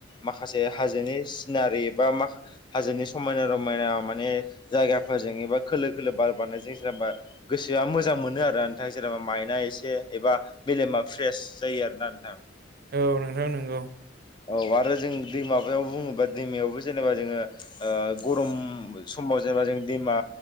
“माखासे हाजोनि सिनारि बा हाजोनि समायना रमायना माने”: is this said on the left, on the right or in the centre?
Left